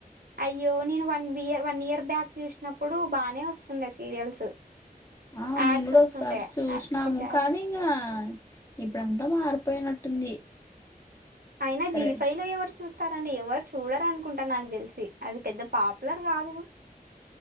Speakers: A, on the right; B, on the left.
A: అయ్యో నేను one beer one year back చూసినప్పుడు బానే వస్తుండే సీరియల్స్
B: ఆ
A: యాడ్స్
B: మేము కూడా
A: వస్తుండే
B: ఒకసారి చూసినాము
A: విత్ యాడ్
B: కానీ ఇగ ఇప్పుడంతా మారిపోయినట్టుంది
A: అయినా జీ
B: రే
A: ఫైవ్ లో ఎవరు చూస్తార అండి ఎవరు చూడరు అనుకుంటా నాకు తెలిసి అది పెద్ద పాపులర్ కాదు